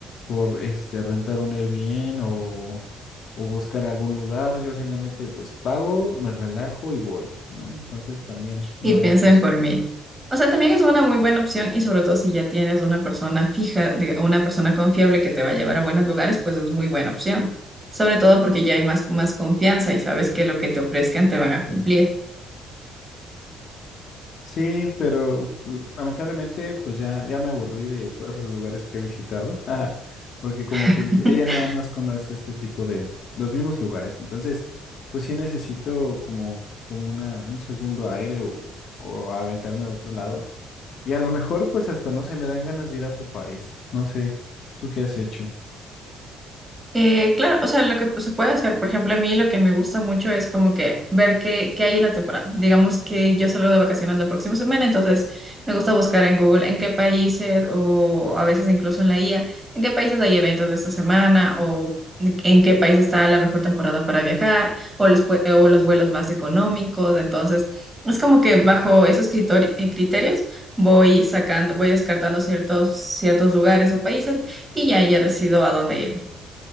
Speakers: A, on the left; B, on the right.
A: por este, rentar un Airbnb o, o buscar algún lugar, yo simplemente pues pago, me relajo y voy, ¿no? Entonces también lo
B: Y
A: he
B: piensen
A: hecho.
B: por mí. O sea, también es una muy buena opción y sobre todo si ya tienes una persona fija, diga- una persona confiable que te va a llevar a buenos lugares, pues es muy buena opción. Sobre todo porque ya hay más, más confianza y sabes que lo que te ofrezcan te van a cumplir.
A: Sí, pero l- lamentablemente pues ya, ya me aburrí de todos los lugares que he visitado, <laughs> porque como
B: <laughs>
A: que ella nada más conoce este tipo de los mismos lugares, entonces pues sí necesito como, como una, un segundo aire o, o aventarme a otro lado y a lo mejor pues hasta no se me dan ganas de ir a otro país, no sé, ¿tú qué has hecho?
B: Eh, claro, o sea, lo que se puede hacer, por ejemplo, a mí lo que me gusta mucho es como que ver qué, qué hay en la temporada. Digamos que yo salgo de vacaciones la próxima semana, entonces me gusta buscar en Google en qué países o a veces incluso en la IA, en qué países hay eventos de esta semana o en qué país está la mejor temporada para viajar o los, pue- o los vuelos más económicos. Entonces, es como que bajo esos critori- eh, criterios voy sacando, voy descartando ciertos, ciertos lugares o países y ya, ya decido a dónde ir.